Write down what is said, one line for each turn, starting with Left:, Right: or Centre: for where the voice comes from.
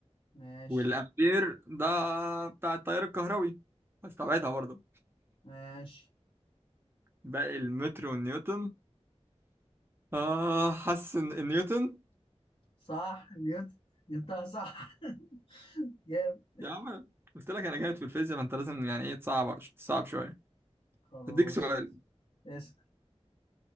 Left: ماشي
Right: والامبير ده بتاع التيار الكهربي استبعدها برضه
Left: ماشي
Right: باقي المتر والنيوتن اه حاسس ان النيوتن
Left: صح نيوتن جبتها صح <laughs> جامد
Right: يا عم قلت لك انا جامد في الفيزياء فانت لازم يعني ايه تصعب تصعب شويه
Left: خلاص
Right: هديك سؤال
Left: اسأل